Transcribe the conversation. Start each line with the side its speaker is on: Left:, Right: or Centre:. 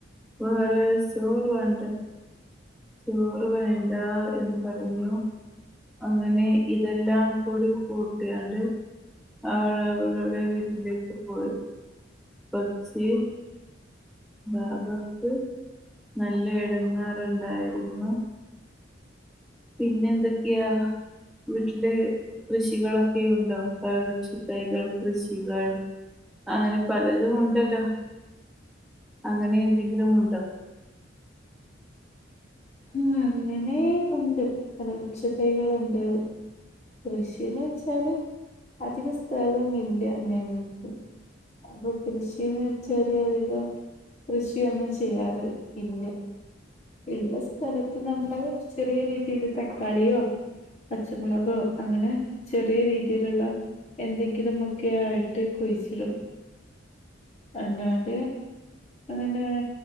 Centre: വേറെ അസുഗവുണ്ട്. ചോറ് വേണ്ടാ എന്ന് പറഞ്ഞു. അങ്ങനെ ഇതെല്ലാം കൂടി കൂട്ടിയാണ്ട്, അവൾ അവളുടെ വീട്ടിലേക്ക് പോയി. <unintelligible> ബാബക്ക് നല്ല എടങ്ങേറുണ്ടായിരുന്നു. പിന്നെന്തൊക്കെയാ വീട്ടില് കൃഷികളൊക്കെയുണ്ടോ പയർച്ചി തൈകൾ കൃഷികൾ അങ്ങനെ പലതും ഉണ്ടല്ലോ അങ്ങനെയെന്തെങ്കിലും ഉണ്ടോ
Left: ഉം അങ്ങനെ ഉണ്ട് പല വൃക്ഷതൈകള്ണ്ട് കൃഷിന്ന്ച്ചാല് അധിക സ്ഥലമില്ല ഞങ്ങക്ക് പ്പൊ കൃഷിന്ന് വെച്ചാല് അതികം കൃഷിയൊന്നും ചെയ്യാറ് ഇല്യാ ഇള്ള സ്ഥലത്ത് നമ്മള് ചെറിയ രീതിയില് തക്കാളിയോ പച്ചമുളകോ അങ്ങനെ ചെറിയ രീതില്ള്ള എന്തെങ്കിലുമൊക്കെയായിട്ട് കുയിച്ചിടും അല്ലാതെ അങ്ങനെ